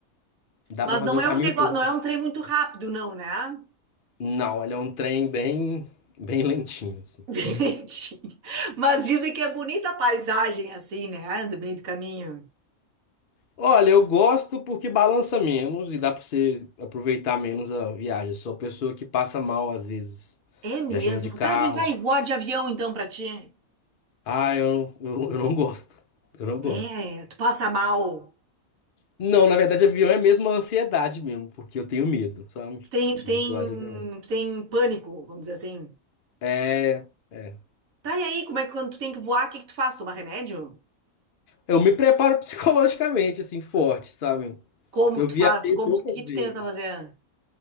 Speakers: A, on the left; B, on the right.
A: dá
B: Mas
A: para fazer
B: não
A: o
B: é
A: caminho
B: um negócio,
A: todo.
B: não é um trem muito rápido, não, né?
A: Não, ele é um trem bem, bem lentinho, assim.
B: <laughs> Gente, Mas dizem que é bonita a paisagem assim, né? Do meio do caminho.
A: Olha, eu gosto porque balança menos e dá pra você aproveitar menos a viagem. Sou a pessoa que passa mal às vezes,
B: É mesmo.
A: viajando de carro.
B: Tá, vem cá e voar de avião então pra ti.
A: Ah, eu, eu, eu não gosto. Eu não gosto.
B: É, tu passa mal.
A: Não, na verdade, avião é mesmo a ansiedade mesmo, porque eu tenho medo, sabe?
B: Tu tem, tu
A: De
B: tem,
A: voar de avião.
B: tu tem pânico, vamos dizer assim.
A: É, É.
B: Tá, e aí, como é que quando tu tem que voar, o que que tu faz? Tomar remédio?
A: Eu me preparo <laughs> psicologicamente, assim, forte, sabe?
B: Como
A: Eu
B: que tu
A: viajei
B: faz? Como
A: poucas
B: o que
A: vezes.
B: tu tenta fazer?